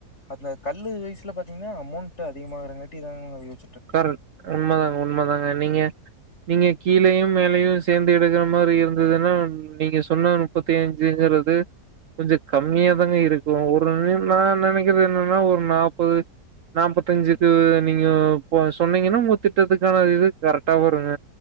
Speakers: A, on the left; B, on the right.
A: அந்த கல்லு வைஸ்ல பாத்தீங்கன்னா அமௌன்ட் அதிகமாகரங்காட்டி <unintelligible>
B: காரர் உண்மதாங். உண்மைதாங்க நீங்க நீங்க கீழேயும் மேலையும் சேந்து எடுக்குற மாரி இருந்ததுன்னா நீங்க சொன்ன முப்பத்தி அஞ்சுங்கிறது கொஞ்ச கம்மியா தாங்க இருக்கும் ஒரு நிம் நா நெனக்கிறது என்னன்னா ஒரு நாற்பது நாப்பத்தஞ்சுக்கு நீங்க. ப்போ சொன்னீங்கன்னா உங்க திட்டத்துக்கான இது கரெக்டா வருங்க.